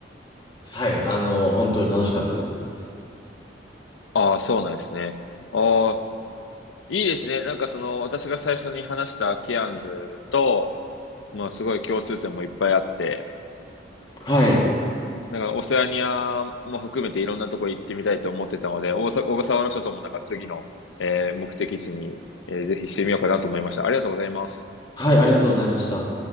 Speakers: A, on the left; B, on the left.
A: <laughs> はい。あの、本当に楽しかったですね。
B: ああ、そうなんですね。ああ、いいですね。なんかその、私が最初に話したケアンズと、まあすごい共通点もいっぱいあって、
A: はい。
B: なんか、オセアニアも含めていろんなとこ行ってみたいと思ってたので、大さ小笠原諸島もなんか次の、えー目的地に、えーぜひしてみようかなと思いました。ありがとうございます。
A: はい、ありがとうございました。